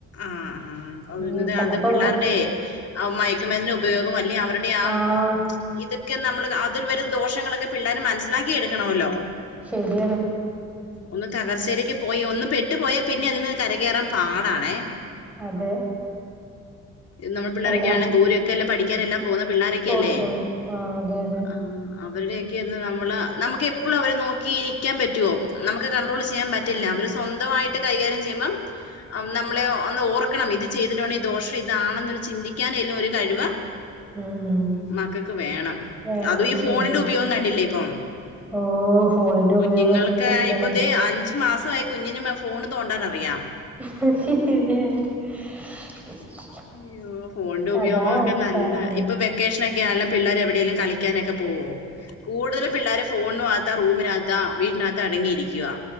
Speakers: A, on the left; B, in the centre.
A: ആഹ് ആഹ്
B: ഉം
A: ഇന്നത്
B: കണ്ടപ്പോ
A: പിള്ളേരുടെ ആ മയക്കുമര്ന്നിന്റെ ഉപയോഗം അല്ലെ അവരുടെ ആ-
B: ആഹ്
A: ഇതൊക്കെ നമ്മള് അതിൽ വരും ദോഷങ്ങളൊക്കെ പിള്ളേര് മനസ്സിലാക്കി എടുക്കണല്ലോ
B: ശരിയാണ്
A: ഒന്ന് തകർച്ചയിലേക്ക് പോയി ഒന്ന് പെട്ടു പോയാ പിന്നെ അതിന്ന് കരകേറാൻ പാടാണേ
B: അതെ
A: ഇന്ന് നമ്മൾ പിള്ളേരൊക്കെയണെ
B: അല്ല
A: ദൂരയൊക്കെല്ലെ പഠിക്കാനെല്ലാം പോന്ന്- പിള്ളാരൊക്കെല്ലേ
B: പോ ആ അതെ അതെ
A: ആഹ് അവരുടെയൊക്കെ എന്ന് നമ്മള് നമുക്ക് എപ്പളും അവരെ നോക്കിയിരിക്കാൻ പറ്റുവോ നമുക്ക് കണ്ട്രോൾ ചെയ്യാൻ പറ്റ് റ്റില്ല അവര് സ്വന്തവായിട്ട് കൈകാര്യം ചെയ്യ്മ്പം നമ് നമ്മളെ ഒന്ന് ഓർക്കണം ഇത് ചെയ്തിട്ടോണ്ടേ ദോഷം ഇതാണെന്ന് ഒരു ചിന്തിക്കാനേലും ഒരു കഴിവ്
B: ഉം ഉം
A: മക്കക്ക് വേണം
B: വേണം
A: അതും ഈ
B: ശരിയാണ്
A: ഫോണിന്റെ ഉപയോഗം കണ്ടില്ലേ ഇപ്പൊ-
B: ഓ ഫോണിന്റെ
A: കുഞ്ഞുങ്ങൾക്ക്
B: ഉപയോഗൊക്കെ കൂടുതലാണ്
A: ഇപ്പദേ അഞ്ച് മാസായി- കുഞ്ഞിന് ഫോണ് തോണ്ടാനറിയാം
B: <inaudible> <unintelligible>
A: അയ്യോ ഫോണിന്റെ ഉപയോഗമൊക്കെ നല്ല ഇപ്പൊ വെക്കേഷനൊക്കെ ആയല്ലോ പിള്ളേര് എവിടേലും കളിക്കാനൊക്കെ പോവോ? കൂടുതലും പിള്ളേര് ഫോണിനാത്താ റൂമിനകത്താ വീട്ടിനകത്ത് അടങ്ങിയിരിക്കുവാ